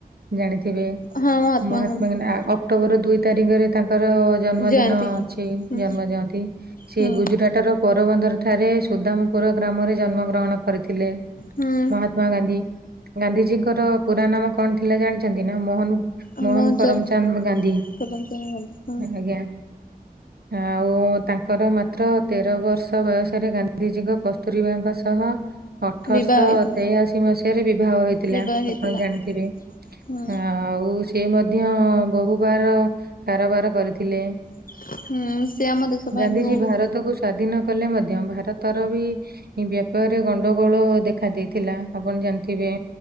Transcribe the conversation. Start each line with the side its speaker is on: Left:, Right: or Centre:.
Right: ଜାଣିଥିବେ
Left: ହଁ
Right: ମହାତ୍ମା
Left: ଗାନ୍ଧୀ
Right: ଗାନ୍ଧ ଅକ୍ଟୋବର ଦୁଇ ତାରିଖରେ ତାଙ୍କ ତାଙ୍କର ଜନ୍ମଦିନ
Left: ଜୟନ୍ତୀ
Right: ଅଛି
Left: ହୁଁ
Right: ଜନ୍ମ ଜୟନ୍ତୀ ସିଏ
Left: ହୁଁ
Right: ଗୁଜୁରାଟ ର ପୋରବନ୍ଦର ଠାରେ ସୁଦାମପୁର ଗ୍ରାମରେ ଜନ୍ମ ଗ୍ରହଣ କରିଥିଲେ ମହାତ୍ମା
Left: ହୁଁ
Right: ମହାତ୍ମା ଗାନ୍ଧୀ ଗାନ୍ଧିଜୀଙ୍କର ପୁରା ନାମ କଣ ଥିଲା ଜାଣିଛନ୍ତି ନା ମୋହନ୍
Left: ଆମ
Right: ମୋହନ
Left: ଅଞ୍ଚଳ
Right: କରମଚାନ୍ଦ ଗାନ୍ଧୀ
Left: ସ୍ୱତନ୍ତ୍ର ଗାନ୍ଧୀ ହଁ
Right: ଆଜ୍ଞା। ଆଉ ତାଙ୍କର ମାତ୍ର ତେର ବର୍ଷ ବୟସରେ ଗାନ୍ଧିଜୀଙ୍କ କସ୍ତୁରିବାଙ୍କ ସହ ଅଠରଶହ
Left: ବିବାହ ହେଇଥିଲା
Right: ତେୟାଅଶି ମସିହାରେ ବିବାହ ହୋଇଥିଲା
Left: ବିବାହ ହେଇଥିଲା
Right: ଆପଣ ଜାଣିଥିବେ
Left: ହୁଁ
Right: ଆ ଆଉ ସିଏ ମଧ୍ୟ ବୋହୁବାର କାରବାର କରିଥିଲେ।
Left: ହୁଁ। ସେ ଆମ ଦେଶ ପାଇଁ
Right: ଗାନ୍ଧିଜୀ
Left: ବି ବହୁତ
Right: ଭାରତକୁୁ ସ୍ଵାଧୀନ କଲେ ମଧ୍ୟ ଭାରତର ବି ବ୍ୟାପାରରେ ଗଣ୍ଡଗୋଳ ଦେଖା ଦେଇଥିଲା ଆପଣ ଜାଣିଥିବେ।